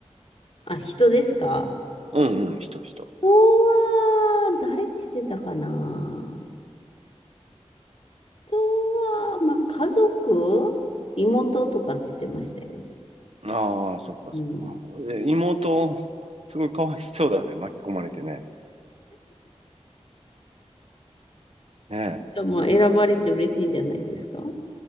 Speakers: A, on the left; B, on the right.
A: あ、人ですか
B: うんうん、人、人。
A: 人は、誰って言ってたかな人は、まあ、家族、妹とかって言ってましたよ。
B: ああ、そっかそっ
A: うん。い
B: か。え妹、すごいかわいそうだね。巻き込まれてね。ね
A: やまあ、選ばれて嬉しいんじゃないですか。